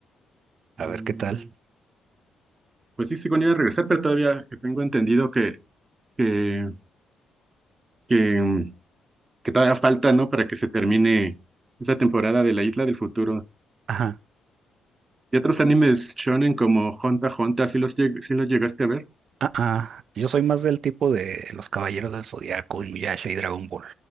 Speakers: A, on the right; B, on the right.
A: A
B: Mm,
A: ver qué tal.
B: Pues sí, según iba a regresar, pero todavía tengo entendido que, que, que, mm, que todavía falta, ¿no? Para que se termine esa temporada de la isla del futuro.
A: ajá
B: Y otros animes shonen como Hunter x Hunter, ¿sí los, lleg- sí los llegaste a ver?
A: Ah, ah, yo soy más del tipo de los Caballeros del Zodiaco, Inuyasha y Dragon Ball.